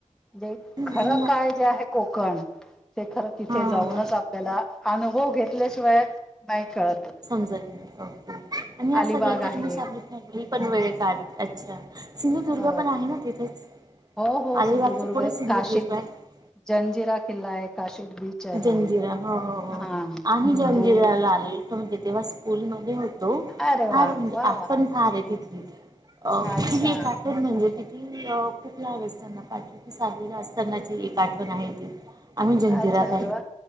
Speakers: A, in the centre; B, on the right (about 30°).
A: जे
B: हां
A: खरं काय जे आहे कोकण ते खरं तिथे
B: हां
A: जाऊनच
B: हां
A: आप आपल्याला अनुभव घेतल्याशिवाय नाही कळत.
B: समजल ओके आणि या
A: अलिबाग
B: सगळ्याच्या
A: आहे
B: तुमीसाठी ली पण वेळेत अच्छा सिंधुदुर्ग
A: अ
B: पण आहे ना तिथेच
A: हो हो
B: अलिबागच्या
A: सिंधुदुर्ग
B: पुढे
A: आहे
B: सिंधुदुर्ग
A: काशिद,
B: आहे
A: जंजिरा किल्ला आहे, काशिद बीच आहे
B: जंजिरा हो हो हो
A: हा
B: आम्ही जंगिराला
A: तो
B: आले म्हणजे तेव्हा स्कूलमध्ये होतो.
A: अरे वा
B: फार म्हणजे
A: वा
B: आठवण
A: वा
B: फार आहे तिथली अ
A: अच्छा
B: तिली एक आठण म्हणजे तिथ ती खूप लहान असताना पाचवी सहावीला असतानाची एक आठवण आहे ती आम्ही
A: अच्छा
B: जंजिरात
A: अरे वा!